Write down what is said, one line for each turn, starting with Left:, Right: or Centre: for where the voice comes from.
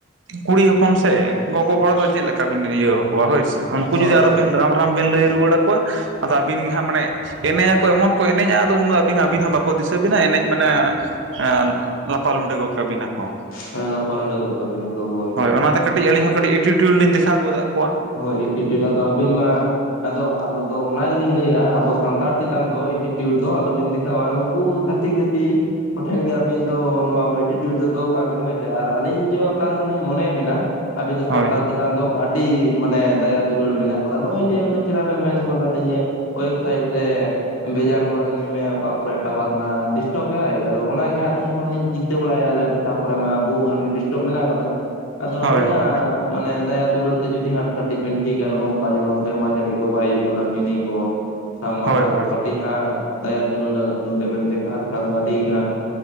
Right: ᱠᱩᱲᱤ ᱦᱚᱯᱚᱱ ᱥᱮ ᱜᱚᱜᱚ ᱦᱚᱲ ᱫᱚ ᱪᱮᱫ ᱞᱮᱠᱟ ᱵᱤᱱ ᱤᱭᱟᱹᱣ ᱟᱠᱚᱣᱟ ᱦᱳᱭᱥᱮ ᱾ ᱩᱱᱠᱩ
Left: ᱦᱳᱭ
Right: ᱡᱩᱫᱤ ᱟᱨᱚ ᱵᱤᱱ ᱨᱟᱢ ᱨᱟᱢ ᱵᱤᱱ ᱞᱟᱹᱭ ᱨᱩᱣᱟᱹᱲ ᱟᱠᱚᱣᱟ, ᱟᱫᱚ ᱟᱹᱵᱤᱱ ᱜᱮ ᱦᱟᱸᱜ ᱢᱟᱱᱮ ᱮᱱᱮᱡ ᱟᱠᱚ ᱮᱢᱚᱱ ᱠᱚ ᱮᱱᱮᱡᱟ ᱟᱫᱚ ᱩᱱ ᱫᱚ ᱟᱹᱵᱤᱱ ᱦᱚᱸ ᱵᱟᱠᱚ ᱫᱤᱥᱟᱹ ᱵᱤᱱᱟ ᱮᱱᱮᱡ ᱢᱟᱱᱮ ᱮᱸ ᱞᱟᱯᱟ ᱞᱩᱸᱰᱟᱹ ᱜᱚᱫ ᱠᱟᱵᱤᱱᱟᱠᱚ ᱾
Left: ᱦᱮᱸ ᱞᱟᱯᱟ ᱞᱩᱸᱰᱟᱹ ᱜᱚᱫ ᱠᱟᱵᱤᱱ ᱟᱠᱚ ᱦᱳᱭ ᱾
Right: ᱚᱱᱟᱛᱮ ᱠᱟᱹᱴᱤᱡ ᱟᱞᱤᱧ ᱦᱚᱸ ᱠᱟᱹᱴᱤᱡ ᱮᱴᱤᱴᱭᱩᱰ ᱞᱤᱧ ᱫᱮᱠᱷᱟᱣ ᱜᱚᱫ ᱟᱜ ᱠᱚᱣᱟ ᱾
Left: ᱦᱳᱭ ᱮᱴᱤᱴᱤᱭᱩᱰ, ᱟᱫᱚ ᱟᱹᱵᱤᱱ ᱢᱟ ᱟᱫᱚ ᱟᱵᱫᱚ ᱚᱱᱟ ᱜᱮᱞᱤᱧ ᱞᱟᱹᱭᱮᱜ-ᱟ ᱟᱵᱚ ᱥᱟᱱᱛᱟᱲ ᱪᱮᱛᱟᱱ ᱫᱚ ᱮᱴᱤᱴᱤᱭᱩᱴ ᱫᱚ ᱟᱞᱚ ᱵᱤᱱ ᱫᱮᱠᱷᱟᱣᱟ ᱾ ᱱᱩᱝᱠᱩ ᱪᱷᱟᱛᱤᱠ ᱡᱟᱹᱛᱤ ᱠᱚᱴᱷᱮᱱ ᱜᱮ ᱟᱹᱵᱤᱱ ᱫᱚ ᱱᱚᱣᱟ ᱠᱚ ᱮᱴᱤᱴᱤᱭᱩᱴ ᱫᱚ ᱫᱚᱦᱚ ᱠᱟᱜ ᱵᱤᱱ ᱦᱳᱭ ᱥᱮ ᱟᱨ ᱟᱹᱞᱤᱧ ᱡᱮ ᱚᱠᱟ ᱞᱮᱠᱟ ᱞᱤᱧ ᱢᱚᱱᱭᱮᱫ ᱵᱤᱱᱟ ᱟᱹᱵᱤᱱ ᱫᱚ
Right: ᱦᱳᱭ
Left: ᱥᱟᱱᱛᱟᱲ ᱪᱮᱛᱟᱱ ᱫᱚ ᱟᱹᱰᱤ ᱢᱟᱱᱮ ᱫᱟᱭᱟ ᱫᱩᱞᱟᱹᱲ ᱢᱮᱱᱟᱜ ᱠᱟᱫᱟ ᱱᱚᱜ-ᱚᱭ ᱡᱮ ᱪᱮᱦᱨᱟ ᱵᱤᱱ ᱢᱮᱱ ᱜᱚᱫ ᱟᱜ ᱞᱤᱧᱟᱹ ᱳᱭᱮᱵᱥᱟᱭᱤᱴ ᱨᱮ ᱵᱷᱮᱡᱟ ᱜᱚᱫ ᱟᱹᱞᱤᱧ ᱢᱮ ᱚᱠᱟ ᱠᱚᱨᱮ ᱴᱟᱣᱟᱨ ᱨᱮᱱᱟᱜ ᱰᱤᱥᱴᱟᱵᱮᱜ ᱟᱭ, ᱟᱫᱚ ᱚᱱᱟᱜᱮ ᱟᱹᱞᱤᱧ ᱦᱚᱸᱞᱤᱧ ᱪᱤᱱᱛᱟᱹ ᱵᱟᱲᱟᱭᱮᱜ-ᱟ ᱟᱞᱮ ᱴᱷᱟᱸᱣ ᱠᱚᱨᱮᱜ ᱢᱟ ᱵᱚᱦᱩ ᱜᱟᱱ ᱜᱮ ᱰᱤᱥᱴᱚᱵ ᱢᱮᱱᱟᱜ ᱟᱠᱟᱫᱟ ᱾ ᱟᱫᱚ
Right: ᱦᱳᱭ
Left: ᱟᱵᱤᱱᱟᱜ
Right: ᱦᱳᱭ
Left: ᱢᱟᱱᱮ ᱫᱟᱭᱟ ᱫᱩᱞᱟᱹᱲ ᱛᱮ ᱡᱩᱫᱤ ᱦᱟᱸᱜ ᱠᱟᱹᱴᱤᱡ ᱵᱮᱱ ᱴᱷᱤᱠᱟ ᱱᱚᱜ-ᱚ ᱚᱝᱠᱟ ᱡᱮᱢᱚᱱ ᱥᱮᱨᱢᱟ ᱡᱟᱹᱲᱤ ᱠᱚ ᱵᱟᱭ ᱦᱩᱭᱩᱜ ᱠᱟᱱᱟ ᱢᱤᱱᱤ ᱠᱚ, ᱥᱟᱵᱢᱟᱨᱥᱟᱞ
Right: ᱦᱳᱭ ᱦᱳᱭ
Left: ᱠᱚ ᱠᱟᱹᱴᱤᱡ ᱦᱟᱸᱜ ᱫᱟᱭᱟ ᱫᱩᱞᱟᱹᱲ ᱱᱚᱰᱮᱵᱮᱱ ᱫᱮᱠᱷᱟᱣ ᱞᱮᱠᱷᱟᱱ ᱫᱚ ᱟᱹᱰᱤ ᱜᱮ ᱦᱟᱸᱜ